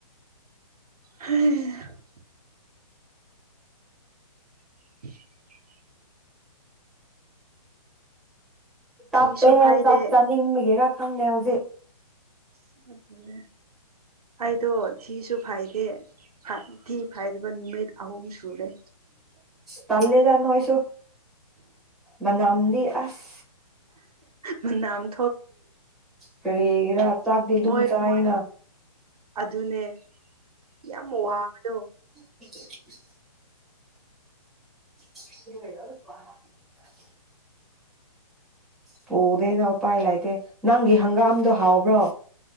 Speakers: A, on the right; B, in the centre.
A: ꯍꯝ <inaudible>
B: ꯇꯞꯄꯦ
A: ꯊꯤꯁꯨ ꯐꯥꯏꯗꯦ
B: ꯍꯦ ꯆꯥꯛ ꯆꯥ ꯃꯒꯦꯔ ꯈꯪꯗꯦ ꯍꯧꯖꯤꯛ
A: ꯎꯝ ꯑꯗꯨꯅꯦ ꯑꯩꯗꯣ ꯊꯤꯁꯨ ꯐꯥꯏꯗꯦ ꯊꯤ ꯐꯥꯏꯗꯕ ꯅꯨꯃꯤꯠ ꯑꯍꯨꯝ ꯁꯨꯔꯦ
B: ꯇꯜ ꯂꯤꯗ ꯅꯣꯏꯁꯨ ꯃꯅꯝꯅ ꯑꯩ ꯑꯁ
A: ꯑ ꯅꯝ
B: ꯀꯔꯤꯔꯥ ꯆꯥꯛꯇꯤ ꯑꯗꯨꯝ
A: ꯃꯣꯏ
B: ꯆꯥꯏꯅ
A: ꯃꯣꯏ ꯑꯗꯨꯅꯦ ꯌꯥꯝ ꯋꯥ ꯋꯥꯕꯗꯣ
B: ꯍ ꯔ ꯄꯨꯗꯦꯅ ꯎꯄꯥꯏ ꯂꯩꯇꯦ ꯅꯪꯒꯤ ꯍꯪꯒꯥꯝꯗꯣ ꯍꯥꯎꯕ꯭ꯔꯣ